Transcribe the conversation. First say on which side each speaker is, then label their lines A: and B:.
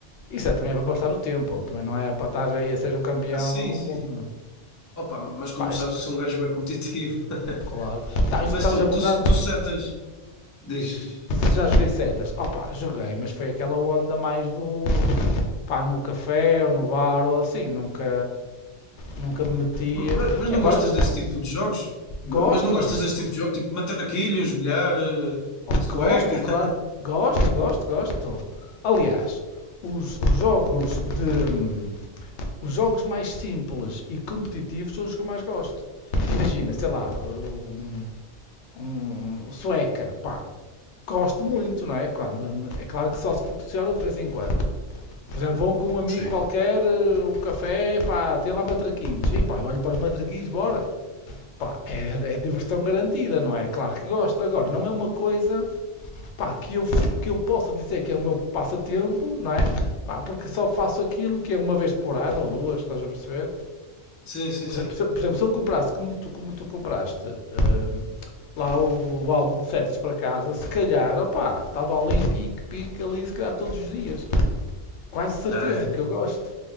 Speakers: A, on the left; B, on the left.
A: Isso é também é para passar o tempo, também não é para estar aí a ser o campeão
B: Ah, sim,
A: do
B: sim.
A: mundo. não é?
B: Opa, mas como
A: Pá,
B: tu
A: já-
B: sabes, eu sou um gajo bem competitivo. <laughs>
A: claro. Tá, então, Estavas
B: Mas tu,
A: a perguntar
B: tu, tu setas. Diz,
A: Se já joguei setas, opá, joguei, mas foi aquela onda mais do pá, no café ou no bar ou assim, nunca, nunca me metia.
B: mas, mas não
A: Embora
B: gostas desse tipo de jogos?
A: gosto,
B: Ma- Mas não gostas desse tipo de jogo? Tipo matraquilhos, bilhar, eh, sueca?
A: gosto, claro, gosto, gosto, gosto. Aliás, os, os jogos de os jogos mais simples e competitivos são os que eu mais gosto. Imagina, sei lá, um, um um sueca, pá, gosto muito, não é? Claro, é claro que só se proporciona de vez em quando. Por exemplo, vão com um amigo
B: <laughs> Sim.
A: qualquer, eh, um café, pá, tem lá matraquilhos. E pá, eu olho para os matraquilhos, bora. Pá, é, é diversão garantida, não é? Claro que gosto. Agora, não é uma coisa, pá, que eu, que eu possa dizer que é o meu passatempo, não é? Pá, porque só faço aquilo que é uma vez por ano ou duas, estás a perceber?
B: Sim, sim,
A: Por
B: sim.
A: exemplo, se eu, por exemplo, se eu comprasse, como tu, como tu compraste, hum, lá o, o álbum de setas para casa, se calhar, opá, estava ali, pique, pique, ali, se calhar todos os dias. Quase certeza,
B: Não, é,
A: porque eu gosto.